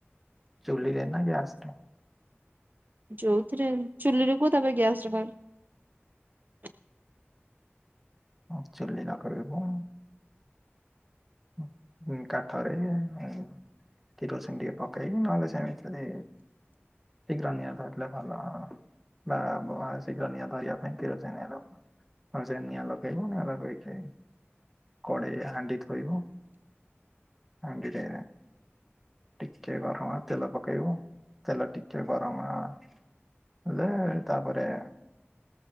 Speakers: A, in the centre; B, on the right.
A: ଚୁଲି ରେ ନା ଗ୍ୟାସ୍ ରେ?
B: ଯୋଉଥିରେ ଚୁଲିରେ କୁହ। ତା ପରେ ଗ୍ୟାସ୍ ରେ କହିବ।
A: ହଁ ଚୁଲି ଲଗେଇବୁ। ଉଁ, କାଠରେ ଆଉ କିରୋସିନ ଟିକେ ପକେଇକି ନହେଲେ ସେମିତି ଯଦି ଠିକ ର ନିଆଁ ଧରିଲେ ଭଲ। ବା-ବ- ଆ, ଶିଘ୍ର ନିଆଁ ଧରିବା ପାଇଁ କିରୋସିନ ଆଣିବୁ। ହଁ ସେ ନିଆଁ ଲଗେଇବୁ, ନିଆଁ ଲଗେଇକି, କଡ଼େଇ ହାଣ୍ଡି ଥୋଇବୁ। ହାଣ୍ଡିରେ ଟିକେ ଗରମ ତେଲ ପକେଇବୁ, ତେଲ ଟିକେ ଗରମ ହେଲେ ତାପରେ